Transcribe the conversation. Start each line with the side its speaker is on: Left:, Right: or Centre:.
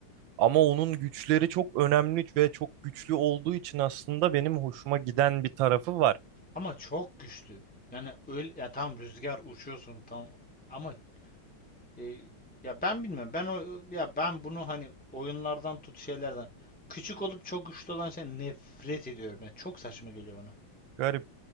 Right: Ama onun güçleri çok önemli ve çok güçlü olduğu için aslında benim hoşuma giden bir tarafı var.
Centre: Ama çok güçlü. Yani öyle ya tam rüzgar uçuyorsun tam ama e, ya ben bilmiyorum. Ben o ya ben bunu hani oyunlardan tut şeylerden küçük olup çok güçlü olan şey nefret ediyorum. Yani çok saçma geliyor bana.
Right: Garip.